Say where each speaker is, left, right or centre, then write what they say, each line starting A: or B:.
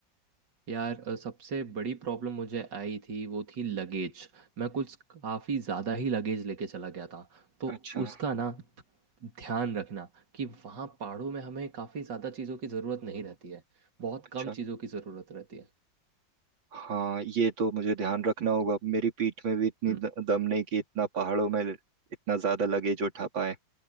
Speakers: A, on the right; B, on the right.
A: यार अ, सबसे बड़ी प्रॉब्लम मुझे आई थी वो थी लगेज मैं कुछ काफ़ी ज़्यादा ही लगेज लेके चला गया था तो
B: अच्छा
A: उसका ना ध्यान रखना कि वहाँ पहाड़ों में हमें काफ़ी ज़्यादा चीज़ों की ज़रूरत नहीं रहती है बहुत
B: अच्छा
A: कम चीज़ों की ज़रूरत रहती है
B: हाँ ये तो मुझे ध्यान रखना होगा मेरी पीठ में भी इतनी
A: हम्म
B: द- दम नहीं कि इतना पहाड़ों में इतना ज्यादा लगेज उठा पाए